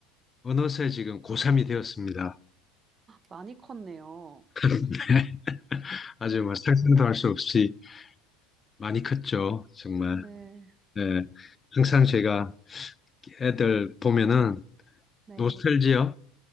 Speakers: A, on the left (about 25°); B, on the right (about 25°).
A: 어느새 지금 고3이 되었습니다.
B: 많이 컸네요.
A: <laughs> 아주 뭐 상상도 할 수 없이 많이 컸죠, 정말.
B: 네,
A: 네. 항상 제가 애들 보면은
B: 네,
A: 노스텔지요.